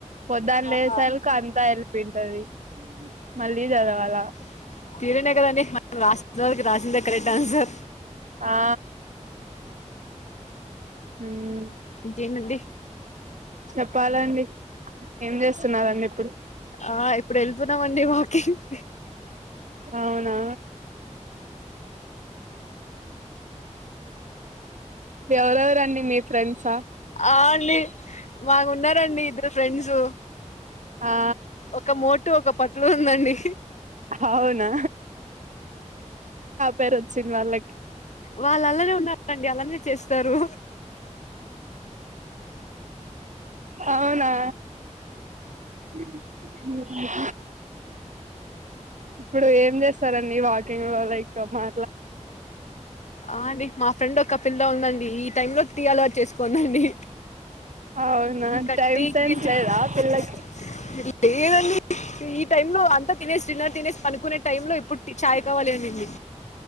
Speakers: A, on the right; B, on the left.
A: పొద్దున
B: ఆ
A: లేసార్కి అంతా ఎల్లి పోయింటాది మళ్ళీ చదవాలా
B: <unintelligible> అండి మన రాష్ట రాసింద ఒకరూ డాన్సర్
A: ఆ హ్మ్మ్
B: <unintelligible> అండి
A: చెప్పాలాండి ఏం చేస్తున్నరండి ఇప్పుడు
B: ఆ ఇప్పుడు వెళ్తున్నామండి వాకింగ్
A: అవునా ఎవరెవరండి మీ ఫ్రెండ్సా
B: ఆ అండి మాకు ఉన్నారండి ఇద్దరు ఫ్రెండ్స్
A: ఆ
B: ఒక మోటు ఒక పట్లు ఉందండి
A: అవునా వాళ్ళకి
B: వాళ్ళ అలానే ఉన్నారుండి అలానే చేస్తారు
A: అవునా <unintelligible> ఇప్పుడు ఏం చేస్తారండి వాకింగ్ లో లైక్ మా
B: ఆ అండి మా ఫ్రెండ్ ఒక పిల్ల ఉందండి ఈ టైం లో టీ అల వచ్చేసుకోందండి
A: అవునా
B: ఇంకా
A: టైమ్
B: టీ <unintelligible>
A: సెన్స్ లేదా పిల్లకి
B: లేదు అండి ఈ టైమ్ లో అంత డిన్నర్ తినేసి తినేసి పనుకు టైమ్ లో ఇప్పుడు చాయ కావాలి అనింది